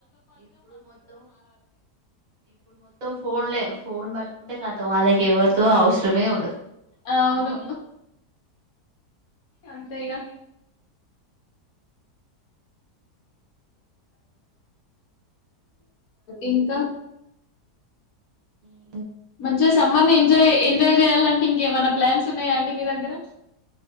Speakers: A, on the right; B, on the left.
A: ఇప్పుడు మొత్తం ఇప్పుడు మొత్తం ఫోన్లే ఫోన్ బట్టి కుంటే కతం వాళ్ళకి ఎవరితో అవసరమే ఉండదు
B: అవును అంతేగా ఇంకా
A: ఉమ్
B: మంచిగా సమ్మర్ ని ఎంజాయ్ ఎంజాయ్ చేయాలంటే ఇంకా ఏమన్నా ప్లాన్స్ ఉన్నాయా అండి మీ దగ్గర